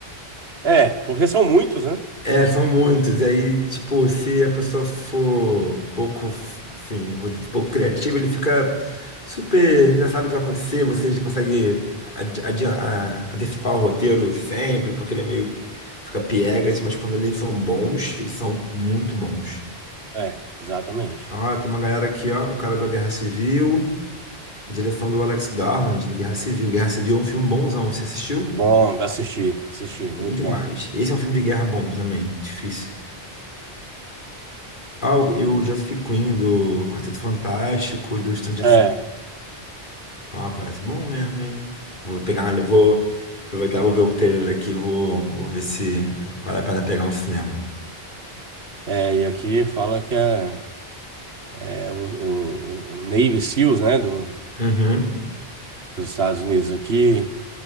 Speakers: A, on the right (about 80°); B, on the left (about 55°).
A: É, porque são muitos, né?
B: É, são muitos. E aí, tipo, se a pessoa for pouco, enfim, um roteiro pouco criativo, ele fica super, já sabe o que vai acontecer, você já consegue adi- adi- a- antecipar o roteiro sempre, porque ele é meio, fica piegas, mas quando eles são bons, eles são muito bons.
A: É, exatamente.
B: Ah, tem uma galera aqui, ó, o cara da Guerra Civil, direção do Alex Garland, do Guerra Civil. Guerra Civil é um filme bonzão, você assistiu?
A: Bom, assisti, assisti,
B: Bom
A: muito
B: demais.
A: bom.
B: Esse é um filme de guerra bom também, difícil. Ah, o- e o Joseph Quinn do Quarteto Fantástico e do Stranger
A: É,
B: Things. Ah, parece bom mesmo, hein? Vou pegar, uma- vou aproveitar, vou ver o trailer aqui, vou, vou ver se vale a pena pegar um cinema.
A: é, e aqui fala que é, é o, o, o Navy Seals, né? Do,
B: Uhum.
A: dos Estados Unidos aqui,